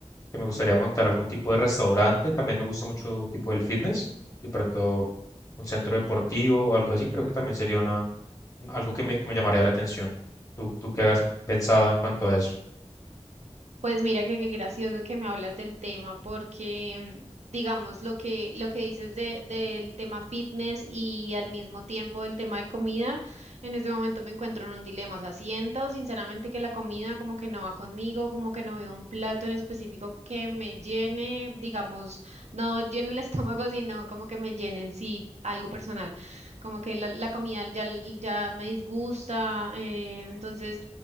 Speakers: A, on the left; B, on the right.
A: que me gustaría montar algún tipo de restaurante. También me gusta mucho tipo del fitness. De pronto, un centro deportivo o algo así, creo que también sería una, algo que me, que me llamaría la atención. ¿Tú, tú qué has pensado en cuanto a eso?
B: Pues mira que qué gracioso que me hablas del tema porque mm, digamos lo que lo que dices de, del tema fitness y al mismo tiempo del tema de comida, en este momento me encuentro en un dilema, o sea, siento sinceramente que la comida como que no va conmigo, como que no veo un plato en específico que me llene, digamos, no llene el <laughs> estómago, sino como que me llene en sí. algo personal, como que la, la comida ya, ya me disgusta, eh, entonces